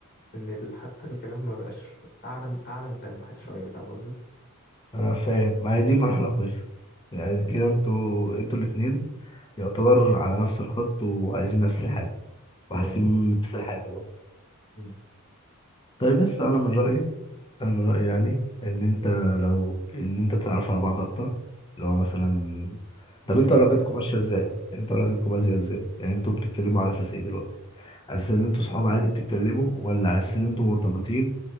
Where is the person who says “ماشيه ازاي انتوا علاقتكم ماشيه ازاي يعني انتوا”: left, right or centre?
Left